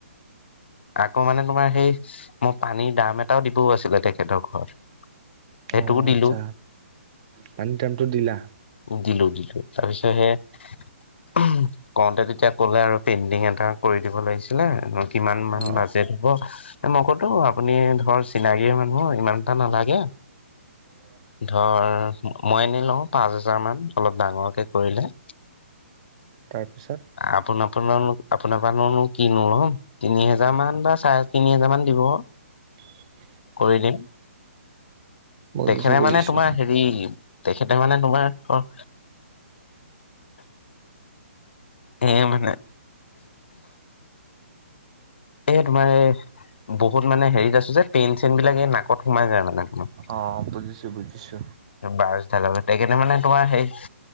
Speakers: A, on the left; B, on the right.
A: ক মানে তোমাৰ সেই মই পানীৰ দাম এটাও দিবও আছিলে তেখেতৰ ঘৰত। সেইটোও
B: অ
A: দিলো
B: আচ্ছা পানী দামটো দিলা।
A: দিলো দিলো তাৰপিছত সে কওতে তেতিয়া ক'লে আৰু পেইণ্টিং এটা কৰি দিব লাগিছিলে আৰু কিমান মান
B: অ
A: বাজ- হব মই কলোঁ আপুনি ধৰ চিনাকি মানুহ ইমানটা নালাগে।
B: <inaudible>
A: ধৰ মই এনেই লও পাচ হেজাৰমান অলপ ডাঙৰকে কৰিলে।
B: তাৰপিছত
A: আপোন আপোনন আপোনাৰ পৰা কিনো লম। তিনি হেজাৰ মান বা চাৰে তিনি হেজাৰ মান দিব।
B: <inaudible>
A: কৰি দিম।
B: বুজিছো
A: তেখেতে
B: বুজিছো
A: মানে তোমাৰ হেৰি তেখেতে মানে তোমাৰ হ- এ মানে এ তোমাৰ এ বহুত মানে হেৰিত আছো যে পেইন চেইন বিলাক এই নাকত সোমাই যায় মানে তোমা।
B: অ বুজিছো বুজিছো।
A: বাছঢাল তেখেতে মানে তোমাৰ সেই